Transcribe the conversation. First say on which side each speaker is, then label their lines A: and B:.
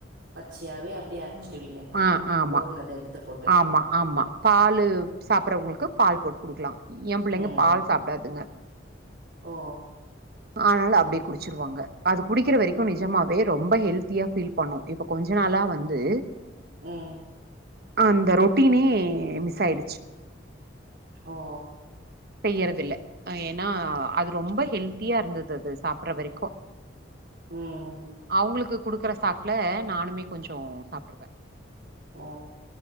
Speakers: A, on the right (about 70°); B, on the right (about 55°).
A: பச்சையாகவே அப்படியே அரைச்சிடுவீங்க
B: ம் ஆ ஆம்மா
A: ஊறினதை எடுத்து போட்டு
B: ஆம்மா ஆம்மா பாலு சாப்பட்றவ்ங்ளுக்கு பால் போட்டு குடுக்லாம் எம் புள்ளைங்க
A: ம்
B: பால் சாப்டாதுங்க
A: ஓ
B: ஆனால அப்டியே குடுச்சிருவாங்க அது குடிக்கிற வரைக்கு நிஜமாவே ரொம்ப ஹெல்த்தியா ஃபீல் பண்ணு இப்ப கொஞ்ச நாளா வந்து
A: ம்
B: அந்த ரொட்டினே மிஸ் ஆயிடுச்சு
A: ஓ ஓ
B: செய்யறது இல்லை ஏன்னா அது ரொம்ப ஹெல்த்தியா இருந்தது அது சாப்ற வரைக்கு
A: ம்
B: அவுங்களுக்கு குடுக்குற சாக்குல நானுமே கொஞ்சோ சாப்டுப்பே
A: ஓ